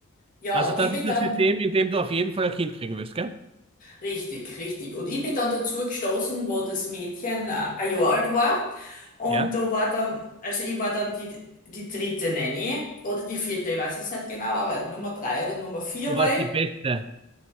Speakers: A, on the left; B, on the right.
A: Ja,
B: Also
A: und
B: das
A: ich bin
B: ist
A: dann,
B: das System, in dem du auf jeden Fall ein Kind kriegen willst, gell?
A: richtig, richtig. Und ich bin dann dazu gestoßen, wo das Mädchen äh, ein Jahr alt war. Und
B: Ja.
A: da war dann, also ich war dann die, die dritte Nanny oder die vierte, ich weiß jetzt nicht genau, aber Nummer drei oder Nummer vier
B: Du
A: war
B: warst
A: ich.
B: die Beste.